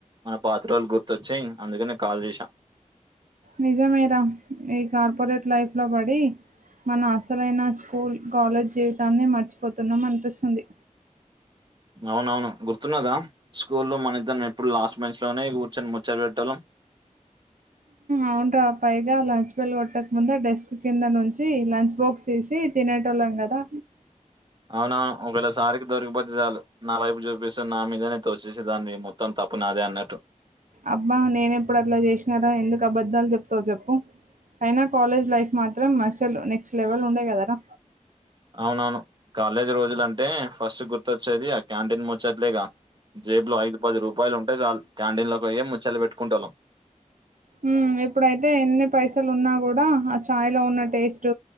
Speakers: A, on the right; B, on the right.
A: మన పాత రోజులు గుర్థోచి అందుకనే కాల్ చేసా
B: నిజంమేరా ఈ కార్పొరేట్ లైఫ్ లో పడి మన అసలైన స్కూల్ కాలేజ్ జీవితాన్ని మర్చిపోతున్నాం అనిపిస్తుంది
A: అవునవును గుర్తున్నదా స్కూల్ల్లో మన ఇద్దరం ఎప్పుడు లాస్ట్ బెంచ్ లోనే కూర్చొని ముచ్చట్లు పెట్టేటోళ్ళం
B: అవునురా పైగా లంచ్ బెల్ కొట్టక ముందే డెస్క్ కింద నుంచి లంచ్ బాక్స్ తీసి తినేటోళ్ళం కదా
A: అవునవును ఒకవేళసార్కి దొరికిపోతే చాలు నా వైపు చూపిస్తు నా మీదనే తోసేసేదానివి మొత్తం త ప్పు నాదే అన్నట్టు
B: అబ్బా నేనేప్పుడు అట్లా చేసినారా ఎందుకు అబద్ధాలు చెప్తావు చెప్పు అయినా కాలేజ్ లైఫ్ మాత్రం మషల్ నెక్స్ట్ లెవెల్ ఉండే కదరా
A: అవునవును కాలేజ్ రోజులు అంటే ఫస్ట్ గుర్తొచ్చేది ఆ క్యాంటీన్ ముచ్చట్లేగా జేబులో ఐదు పది రూపాయలు ఉంటే చాలు క్యాంటీన్లకి పొయ్యే ముచ్చట్లు పెట్టుకునేట్లోళ్ళం
B: మ్ ఇప్పుడైతే ఎన్ని పైసలు ఉన్నా కూడా ఆ చాయ్ లో ఉన్న టేస్ట్